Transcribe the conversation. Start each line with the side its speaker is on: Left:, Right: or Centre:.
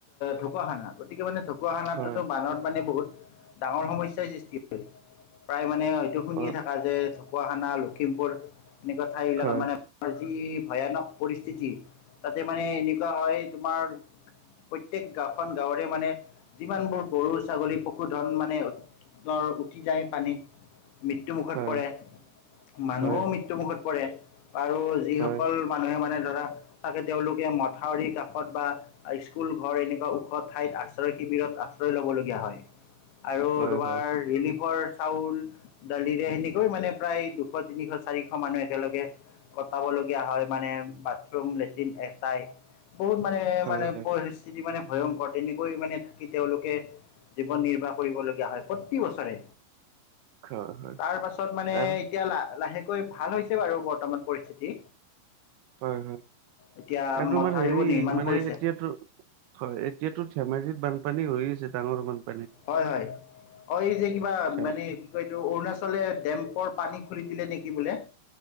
Left: ঢকুৱখানা গতিকে মানে ঢকুৱাখানাততো
Right: হয়
Left: বানত মানে বহুত ডাঙৰ সমস্যাই সৃষ্টি কৰে প্ৰায় মানে এইটো শুনিয়ে
Right: অ
Left: থাকা যে ঢকুৱাখানা, লক্ষীমপুৰ এনেকুৱা ঠাই বিলাকত
Right: হয়
Left: মানে আজি যি ভয়ানক পৰিস্থিতি তাতে মানে এনেকুৱা হয় তোমাৰ প্ৰত্যেক গাঁওখন গাঁৱৰে মানে যিমানবোৰ গৰু ছাগলী পশুধন মানে দৰ উটি যায়। পানীত মৃত্যু মুুখত
Right: হয়
Left: পৰে, মানুহও
Right: হয়
Left: মৃত্যু মুখত পৰে। আৰু যিসকল
Right: হয়
Left: মানুহে মানে ধৰা তাকে তেওঁলোকে মথাউৰি কাষত বা স্কুল ঘৰ এনেকুৱা ওখ ঠাইত আশ্ৰয় শিবি শিবিৰত আশ্ৰয় ল'বলগীয়া হয় আৰু
Right: হয়
Left: তোমাৰ
Right: হয়
Left: ৰিলিফ ৰিলিফৰ চাউল, দালিৰে সেনেকৈ মানে প্ৰায় দুশ, তিনিশ, চাৰিশ মানুহ একেলগে পাবলগীয়া হয় মানে বাথৰুম লেট্ৰিন এটাই বহুত মানে
Right: হয়
Left: মানে পৰিস্থিতি মানে ভয়ংকৰ তেনেকৈ মানে থাকি তেওঁলোকে জীৱন নিৰ্বাহ কৰিবলগীয়া হয় প্ৰতি বছৰে
Right: হয় হয় হয়
Left: তাৰপাছত মানে
Right: আৰু
Left: এতিয়া লাহ লাহেকৈ ভাল হৈছে বাৰু বৰ্তমান। পৰিস্থিতি
Right: হয়, হয়।
Left: এতিয়া
Right: আৰু তোমাৰ
Left: মথাউৰিবোৰ
Right: হেৰি
Left: নিৰ্মাণ
Right: মানে
Left: কৰিছে
Right: এতিয়াতো হয় এতিয়াতো ধেমাজিত বানপানী হৈ আছে, ডাঙৰ মানুহ
Left: হয়, হয়্ অ' এই যে কিবা
Right: ধেম-
Left: মানে কি কয় এটো অৰুণাচল ফালে ডেম্পৰ পানী খুলি দিলে নেকি বোলে।